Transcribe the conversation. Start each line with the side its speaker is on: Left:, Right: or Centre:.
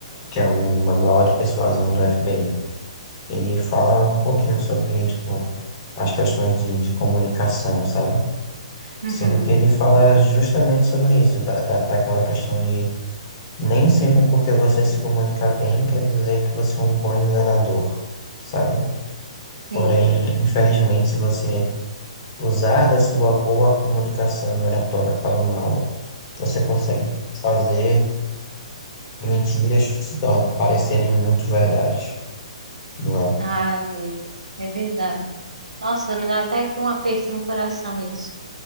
Left: que é o Manual de Persuasão do FBI. Ele fala
Right: Bom.
Left: um pouquinho sobre, tipo, as questões de, de comunicação, sabe?
Right: Uhum,
Left: Sendo que ele fala justamente sobre isso, da, da, daquela questão de nem sempre é porque você se comunica bem quer dizer que você é um bom enganador, sabe?
Right: sim.
Left: Porém, infelizmente, se você usar da sua boa comunicação e oratória para o mal, você consegue fazer mentiras se tor- parecerem muito verdades, não é?
Right: Ah, é, é verdade. Nossa, me dá até que um aperto no coração isso.